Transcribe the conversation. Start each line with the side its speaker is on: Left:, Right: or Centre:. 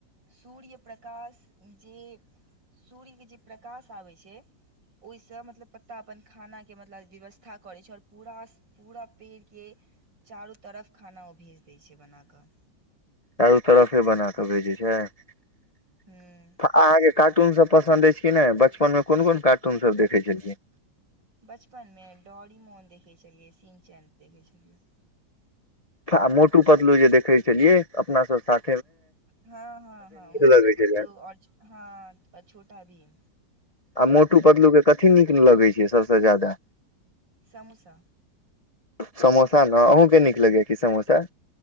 Right: सूर्य प्रकाश जे सूर्य के जे प्रकाश आबै छै, ओय से मतलब पत्ता अपन खाना के मतलब व्यवस्था करै छै और पूरास पूरा पेड़ के चारो तरफ खाना ओ भेज दै छै बना क।
Left: चारो तरफे बना के भेजै छै। अ
Right: ह्म्म
Left: अहाँ के कार्टून सब पसन्द एछ कि नै बचपन मे कुन-कुन कार्टून सब देखै छलियै।
Right: बचपन मे डॉरीमोन देखै छलियै, सिन चैन देखै छलियै।
Left: फा आ मोटू-पतलू जे देखै छलियै अपना सब सा
Right: हाँ हाँ हाँ मोटू-पतलू
Left: लगै छलै
Right: और हाँ अ छोटा भीम।
Left: आ मोटू-पतलू के कथी नीक लगै छै सबसे जादा।
Right: समोसा।
Left: समोसा ना, अहूँ के नीक लगै कि समोसा।